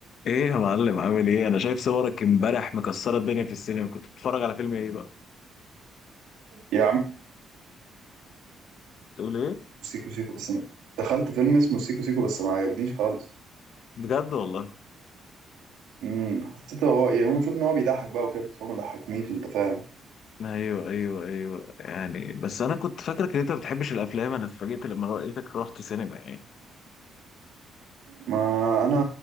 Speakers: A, on the left; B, on the right.
A: ايه يا معلم عامل ايه انا شايف صورك امبارح مكسره الدنيا في السينما كنت بتتفرج على فيلم ايه بقى
B: يا عم
A: تقول ايه
B: سيكو سيكو بس ما. دخلت فيلم اسمه سيكو سيكو بس ما عجبنيش خالص
A: بجد والله
B: امم حسيت هو يعني هو المفروض ان هو بيضحك بقى وكده بس هو ما ضحكنيش انت فاهم
A: ايوه ايوه ايوه يعني بس انا كنت فاكرك ان انت ما بتحبش الافلام انا اتفاجئت لما لقيتك رحت سينما يعني
B: ما انا